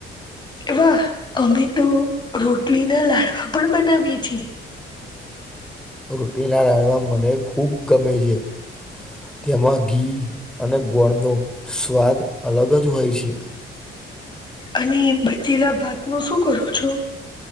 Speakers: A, on the left; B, in the centre.
A: વાહ અમે તો રોટલીના લાડવા પણ બનાવીએ છીએ.
B: રોટી ના રાડવા મને ખૂબ ગમે છે. તેમાં ઘી અને ગોળ નો સ્વાદ અલગ જ હોય છે.
A: અને બચેલા ભાત નું શું કરું છું.